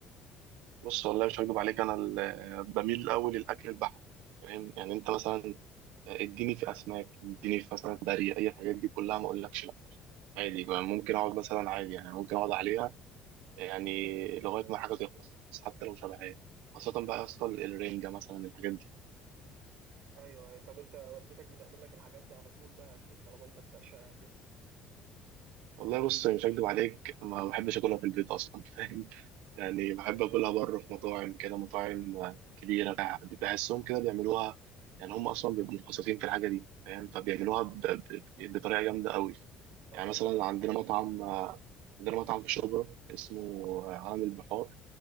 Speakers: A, on the right; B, on the right.
A: بص والله مش هكدب عليك انا ال- بميل الاول للاكل البحري فاهم يعني انت مثلا اديني في اسماك اديني في مثلا بري اي الحاجات دي كلها ما اقولكش لا عادي بقى ممكن اقعد مثلا عادي يعني ممكن اقعد عليها يعني لغايه ما حاجه تخلص حتى لو شبعان خاصه بقى يا اسطى الرنجه مثلا الحاجات دي
B: ايوه ايوه طب انت والدتك بتعمل لك الحاجات دي على طول بقى اكيد طالما انت بتعشقها كده
A: والله بص مش هكدب عليك ما بحبش اكلها في البيت اصلا <laughs> فاهم يعني بحب اكلها بره في مطاعم كده مطاعم آه، كبيره بقى- بحسهم كده بيعملوها يعني هم اصلا بيبقوا متخصصين في الحاجه دي فاهم فبيعملوها ب- ب- بطريقه جامده قوي
B: طب
A: يعني
B: مثلا
A: مثلا عندنا مطعم آه، عندنا مطعم في شبرا اسمه آه، عالم البحار